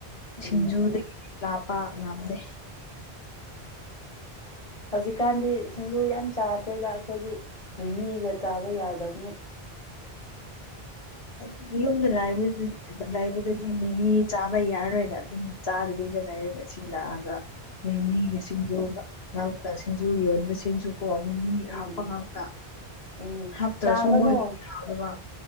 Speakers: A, on the left; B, on the left.
A: ꯎꯝ
B: ꯁꯤꯡꯖꯨꯗꯒꯤꯗꯤ ꯂꯥꯞꯄ ꯉꯝꯗꯦ
A: ꯍꯧꯖꯤꯛꯀꯥꯟꯗꯤ ꯁꯤꯡꯖꯨ ꯌꯥꯝ ꯆꯥꯗ꯭ꯔꯦꯗ ꯑꯩꯈꯣꯏꯗꯤ ꯃꯤꯃꯤꯒ ꯆꯥꯕ ꯌꯥꯗꯕꯅꯤ
B: ꯑꯗꯨ ꯗꯤ ꯌꯨꯝꯗ ꯂꯥꯏꯕꯗꯨ ꯂꯩꯕꯗꯗꯤ ꯃꯤꯃꯤ ꯆꯥꯕ ꯌꯥꯔꯔꯣꯏꯅ ꯑꯗꯨꯝ ꯆꯥꯗꯕꯤꯗ ꯂꯩꯔꯒ ꯁꯤ ꯂꯥꯛꯑꯒ ꯃꯤꯒꯤꯁꯤꯡꯁꯨ ꯉꯥꯎꯇ ꯁꯤꯡꯁꯨ ꯌꯣꯟꯕꯁꯤꯡꯁꯨ ꯀꯣ ꯃꯤꯃꯤ
A: ꯎꯝ
B: ꯍꯥꯞꯄ ꯉꯥꯛꯇ
A: ꯎꯝ
B: ꯍꯥꯞꯇ꯭ꯔꯁꯨ
A: ꯆꯥꯒꯅꯨ
B: ꯃꯣꯏꯒꯤ ꯍꯥꯞꯅꯕ